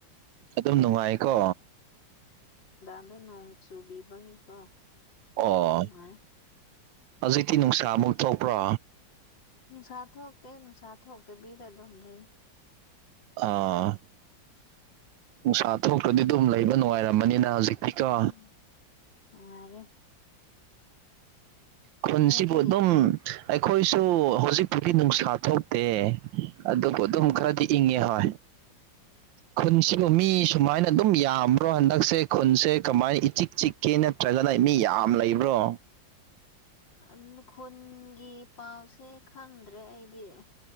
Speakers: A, on the right (about 80°); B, on the left (about 75°).
A: ꯑꯗꯨꯝ ꯅꯨꯡꯉꯥꯏꯌꯦꯀꯣ
B: ꯑꯗꯨ ꯅꯣꯡ ꯅꯨꯕꯤꯕꯒꯤꯀꯣ
A: ꯑꯣ
B: ꯌꯥꯝ ꯅꯨꯡꯉꯥꯏ
A: ꯍꯧꯖꯤꯛꯇꯤ ꯅꯨꯡꯁꯥ ꯑꯃꯨꯛ ꯊꯣꯛꯄ꯭ꯔꯣ
B: ꯅꯨꯡꯁꯥ ꯊꯣꯛꯇꯦ ꯅꯨꯡꯁꯥ ꯊꯣꯛꯇꯕꯤꯗ ꯑꯗꯨꯝ ꯂꯩ
A: ꯑꯣ꯬꯬꯬ ꯅꯨꯡꯁꯥ ꯊꯣꯛꯇ꯭ꯔꯗꯤ ꯑꯗꯨꯝ ꯂꯩꯕ ꯅꯨꯡꯉꯥꯏꯔꯝꯃꯅꯤꯅ ꯍꯧꯖꯤꯛ ꯇꯤꯀꯣ
B: ꯎꯝ ꯅꯨꯡꯉꯥꯏꯔꯦ
A: ꯈꯨꯟꯁꯤꯕꯨ
B: ꯅꯣꯏꯗꯤ
A: ꯑꯗꯨꯝ ꯑꯩꯈꯣꯏꯁꯨ ꯍꯧꯖꯤꯛꯄꯨꯗꯤ ꯅꯨꯡꯁꯥ ꯊꯣꯛꯇꯦ ꯑꯗꯨꯕꯨ
B: ꯎꯝ
A: ꯑꯗꯨꯝ ꯈꯔꯗꯤ ꯏꯪꯉꯦ ꯍꯣꯏ ꯈꯨꯟꯁꯤꯕꯨ ꯃꯤ ꯁꯨꯃꯥꯏꯅ ꯑꯗꯨꯝ ꯌꯥꯝꯕ꯭ꯔꯣ ꯍꯟꯗꯛꯁꯦ ꯈꯨꯟꯁꯦ ꯀꯃꯥꯏ ꯏꯆꯤꯛ ꯆꯤꯛꯀꯦ ꯅꯠꯇ꯭ꯔꯒꯅ ꯃꯤ ꯌꯥꯝ ꯑꯥꯝ ꯂꯩꯕ꯭ꯔꯣ
B: ꯑꯪ ꯈꯨꯟꯒꯤ ꯄꯥꯎꯁꯦ ꯈꯪꯗ꯭ꯔꯦ ꯑꯩꯗꯤ